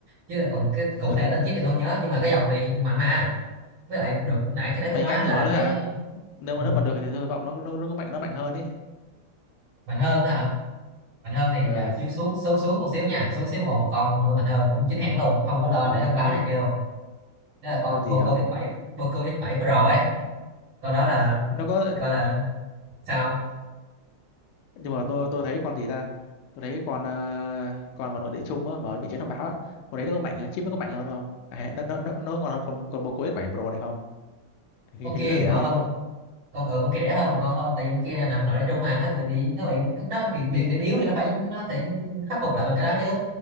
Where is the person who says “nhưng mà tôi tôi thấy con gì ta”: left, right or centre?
Left